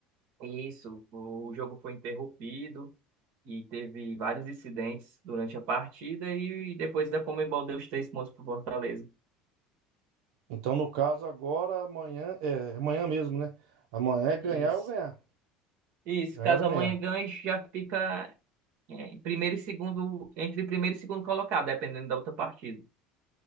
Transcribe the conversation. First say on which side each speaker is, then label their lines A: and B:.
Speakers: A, on the right; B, on the right.
A: isso, o jogo foi interrompido e teve vários incidentes durante a partida, e depois a Conmebol deu os três pontos para o Fortaleza.
B: Então, no caso, agora, amanhã, é, amanhã mesmo, né? Amanhã é ganhar
A: Isso.
B: ou ganhar.
A: Isso,
B: Ganhar
A: caso
B: ou ganhar.
A: amanhã ganhe, já fica. em primeiro e segundo, entre primeiro e segundo colocado, dependendo da outra partida.